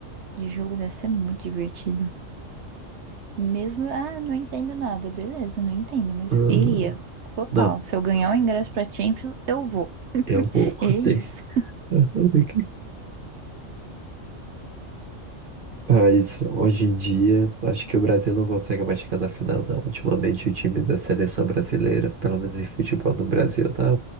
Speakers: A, on the right; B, on the right.
A: de jogo deve ser muito divertido. Mesmo, ah, não entendo nada, beleza, não entendo, mas
B: Aham,
A: iria. Total.
B: Não,
A: Se eu ganhar o ingresso pra Champions, eu vou. <laughs>
B: eu vou
A: É isso.
B: ter. Aham, daqui. Mas hoje em dia, acho que o Brasil não consegue mais chegar na final, não. Ultimamente, o time da seleção brasileira, pelo menos em futebol no Brasil, tá,